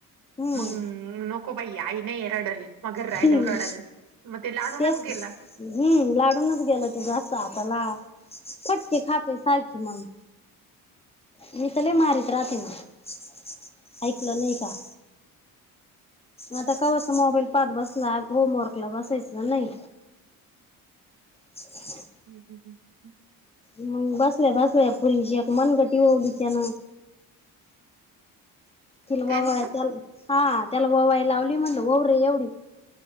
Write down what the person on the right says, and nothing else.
मग नको बाई आई नाहीरडल मगर राहिल्यावर
रडल मग ते लाडूनच
गेला.
हम् हम ह हम.
त्यानी का